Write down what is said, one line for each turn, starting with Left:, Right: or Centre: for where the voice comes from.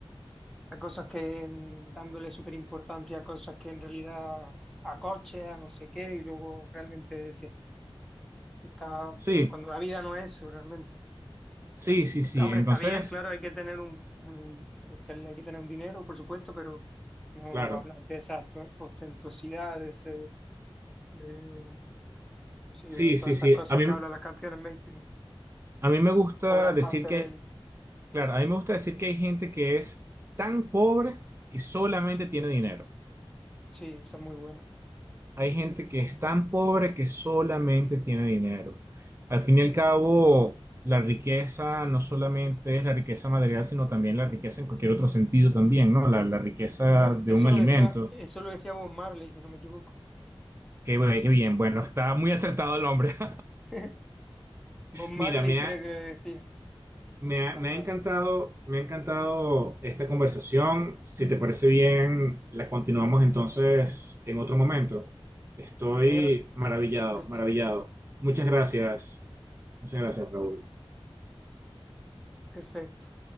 Centre: de cosas que mm, dándole súper importancia a cosas que en realidad a coches, a no sé qué, y luego realmente si, si está
Right: Sí,
Centre: cuando la vida no es eso realmente.
Right: sí, sí, sí.
Centre: Hombre,
Right: Entonces,
Centre: está bien, claro, hay que tener un, un- este, hay que tener un dinero, por supuesto, pero no
Right: claro.
Centre: hablamos de esa ost- ostentosidad, de ese, de, um, sí,
Right: Sí,
Centre: de todas
Right: sí, sí.
Centre: esas cosas
Right: A mí,
Centre: que hablan las canciones mainstream,
Right: a mí me gusta
Centre: o gran
Right: decir
Centre: parte
Right: que
Centre: de ellas.
Right: Claro, a mí me gusta decir que hay gente que es tan pobre que solamente tiene dinero.
Centre: Sí, esa es muy buena.
Right: Hay gente que es tan pobre que solamente tiene dinero. Al fin y al cabo, la riqueza no solamente es la riqueza material, sino también la riqueza en cualquier otro sentido también, ¿no? La, la riqueza
Centre: Claro,
Right: de
Centre: eso
Right: un alimento.
Centre: lo decía, eso lo decía Bob Marley, si no me equivoco.
Right: Qué, bueno, qué bien, bueno, está muy acertado el hombre. <laughs>
Centre: <laughs> Bob Marley
Right: Mira, me
Centre: creo
Right: ha-
Centre: que le decía
Right: Me ha,
Centre: la
Right: me
Centre: frase.
Right: ha encantado, me ha encantado esta conversación. Si te parece bien, la continuamos entonces en otro momento. Estoy
Centre: Genial,
Right: maravillado,
Centre: perfecto,
Right: maravillado. Muchas gracias. Muchas gracias, Raúl.
Centre: perfecto.